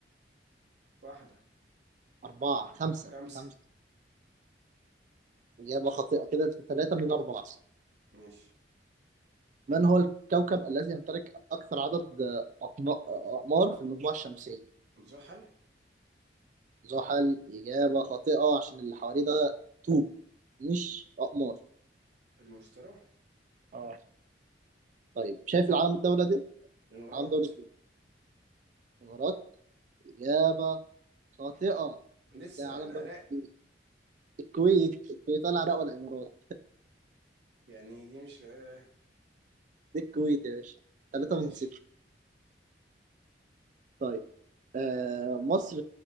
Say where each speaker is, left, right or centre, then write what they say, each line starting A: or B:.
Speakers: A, on the right; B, on the right.
A: واحده
B: أربعة خمسة
A: خمسه
B: خمسة إجابة خاطئة كده في ثلاثة من أربعة
A: ماشي
B: من هو الكوكب الذي يمتلك أكثر عدد أقم- أقمار في المجموعة الشمسية؟
A: زحل
B: زحل إجابة خاطئة عشان اللي حواليه ده طوب مش أقمار
A: المشتري
B: اه طيب شايف العلم الدولة دي؟
A: الامارات
B: علم دولة الإمارات إجابة خاطئة
A: لسه
B: ده علم
A: العراق
B: دولة الكويت الكويت الكويت ولا العراق ولا الإمارات
A: يعني دي مش آه،
B: دي الكويت يا باشا ثلاثة
A: ماشي
B: من ستة طيب آه، مصر